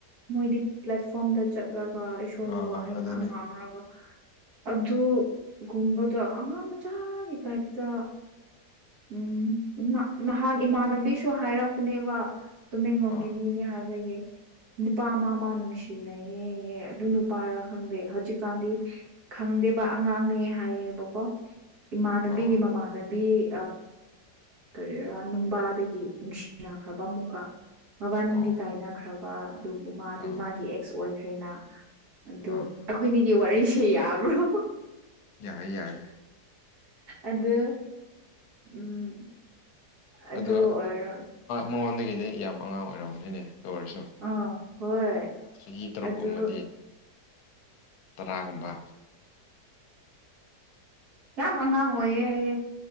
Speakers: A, on the right; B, on the left.
A: ꯃꯣꯏꯗꯤ ꯄ꯭ꯂꯦꯠꯐꯣꯝꯗ ꯆꯠꯂꯒ ꯏꯁꯣꯔꯒꯤ
B: ꯑꯥ
A: ꯋꯥꯍꯩ
B: ꯑꯗꯨꯅꯦ
A: ꯉ ꯉꯥꯡꯉꯒ ꯑꯗꯨ ꯒꯨꯝꯕꯗꯣ ꯑꯉꯥꯡ ꯃꯆꯥꯒꯤ ꯇꯥꯏꯞꯇ ꯎꯝ ꯅꯍꯥꯟ ꯏꯃꯥꯟꯅꯕꯤꯁꯨ ꯍꯥꯏꯔꯛꯄꯅꯦꯕ ꯇꯨꯃꯦꯡꯂꯣꯡꯒꯤ
B: ꯑꯥ
A: ꯃꯤꯅꯤ ꯍꯥꯏꯕꯒꯤ ꯅꯨꯄꯥ ꯃꯥ ꯃꯥ ꯅꯨꯡꯁꯤꯅꯩꯌꯦ ꯑꯗꯨ ꯅꯨꯄꯥꯔ ꯈꯪꯗꯦ ꯍꯧꯖꯤꯛꯀꯥꯟꯗꯤ ꯈꯪꯗꯦꯕ ꯑꯉꯥꯡꯅꯦ ꯍꯥꯏꯌꯦꯕꯀꯣ ꯏꯃꯥꯟꯅꯕꯤꯒꯤ
B: ꯑꯥ
A: ꯃꯃꯥꯟꯅꯕꯤ ꯀꯔꯤꯔꯥ ꯅꯨꯡꯕꯥꯗꯒꯤ ꯅꯨꯡꯁꯤꯅꯈ꯭ꯔꯕ ꯑꯃꯨꯛꯀ ꯃꯕꯥꯅꯤꯗꯤ
B: ꯑꯣ
A: ꯀꯥꯏꯅꯈ꯭ꯔꯕ ꯑꯗꯨꯕꯨ ꯃꯥꯗꯤ
B: ꯑꯥ
A: ꯃꯥꯒꯤ ꯑꯦꯛꯁ ꯑꯣꯏꯈ꯭ꯔꯦꯅ ꯑꯗꯨ
B: ꯑꯥ
A: ꯑꯩꯈꯣꯏꯅꯤꯒꯤ ꯋꯥꯔꯤꯁꯦ ꯌꯥꯕ꯭ꯔꯣ
B: ꯌꯥꯏꯏ ꯌꯥꯏꯏ
A: ꯑꯗ ꯎꯝ ꯑꯗꯨ
B: ꯑꯗꯣ
A: ꯑꯣꯏꯔ
B: ꯃꯉꯣꯟꯗꯒꯤꯗꯤ ꯌꯥꯝ ꯑꯉꯥꯡ ꯑꯣꯏꯔꯝꯒꯅꯤꯅꯦ ꯑꯣꯏꯔꯁꯨ
A: ꯑꯥ ꯍꯣꯏ
B: ꯆꯍꯤ ꯇꯔꯨꯛꯀꯨꯝꯕꯗꯤ
A: ꯑꯗꯨ
B: ꯇꯔꯥꯒꯨꯝꯕ
A: ꯌꯥꯝ ꯑꯉꯥꯡ ꯑꯣꯏꯌꯦ ꯍꯥꯏꯌꯦ